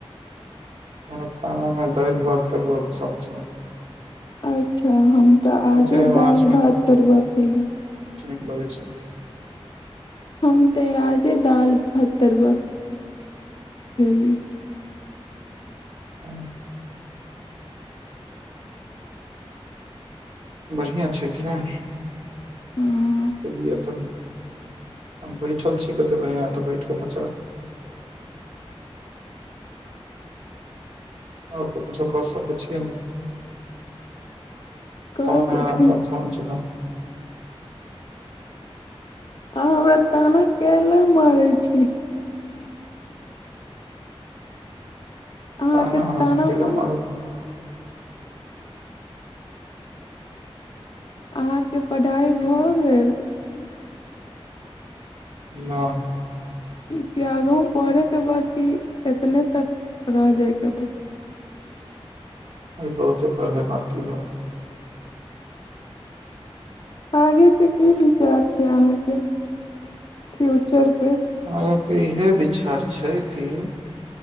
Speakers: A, on the right; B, on the left.
A: ओ खानामे दालि भात तरुआ पसन्द छै
B: अच्छा हम तऽ आजे
A: जे माछ
B: दालि भात तरुआ खयली
A: लगै छै
B: हम ते आजे दाल भत्तरवेली <unintelligible>
A: हँ बढ़िआँ छै कि नहि
B: हँ
A: ए लियै तऽ हम बैठल छी कतेक बढिआँ तऽ बैठो - आओर त कुछो क सकै छियै नहि
B: कऽ
A: फोन
B: सकै
A: आयत तऽ फोन छै
B: अहाँ हमरा ताना कैला मारै छी अहाँके
A: ताना अहाँ के कैला
B: मार
A: मारब
B: अहाँके पढ़ाइ भऽ गेल
A: नहि
B: त्याग प <unintelligible> बांकी एतने तक रह जायके बाद
A: आइ बहुते पहिले बांकी रहल
B: आगे के की विचार छै अहाँ के फ्यूचर के
A: आगाँ कें इहा वि - चार छै की